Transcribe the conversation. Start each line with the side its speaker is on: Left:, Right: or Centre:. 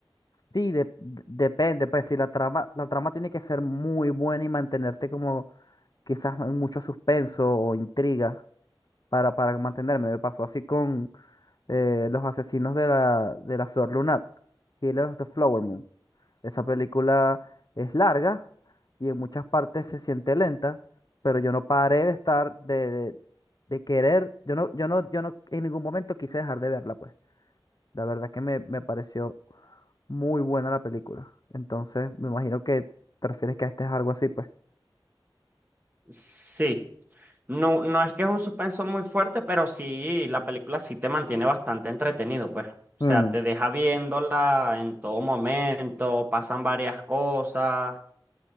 Left: Sí, de- de- depende, pues si la trama, la trama tiene que ser muy buena y mantenerte como quizás en mucho suspenso o intriga para, para mantenerme. Me pasó así con eh, los asesinos de la, de la Flor Lunar, Killers of the Flower Moon. Esa película es larga y en muchas partes se siente lenta, pero yo no paré de estar, de, de, de querer, yo no, yo no, yo no en ningún momento quise dejar de verla, pues. La verdad que me, me pareció muy buena la película. Entonces, me imagino que te refieres que este es algo así, pues.
Right: Sí, no, no es que es un suspenso muy fuerte, pero sí, la película sí te mantiene bastante entretenido, pues. O
Left: Mm,
Right: sea, te deja viéndola en todo momento, pasan varias cosas.